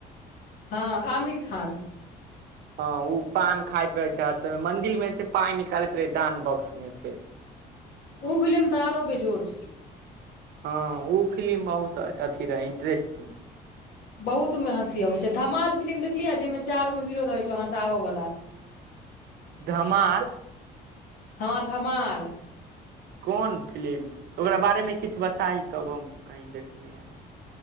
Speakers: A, on the left; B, on the right.
A: हँ आमिर खान।
B: हँ उ पान खाइत रहै छै हर समय मंदिर मे से पाय निकालैत रहै दान बॉक्स मे से।
A: ओ फिलिम तऽ आरो बेजोड़ छै।
B: हँ उ फिलिम बहुत अथी रहै इन्टरेस्टिंग।
A: बहुत उ मे हँसी अबै छै धमाल फिलिम देखलियै जइमे चारि गो हीरो रहै छै हँसाबऽ बला।
B: धमाल।
A: हँ धमाल।
B: कोन फिलिम ओकरा बारे मे किछ बताईं तब हम कहीं देखने ह